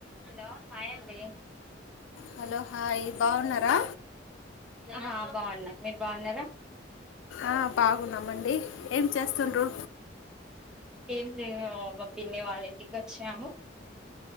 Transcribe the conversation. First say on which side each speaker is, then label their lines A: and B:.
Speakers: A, in the centre; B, on the left.
A: హలో హాయ్ అండి
B: హలో హాయ్ బాగున్నారా
A: హా బావున్నా మీరు బావున్నారా
B: ఆ బాగున్నామండి ఏం చేస్తుండ్రు
A: ఏం లేదు మా పిన్ని వాళ్ళింటికచ్చాము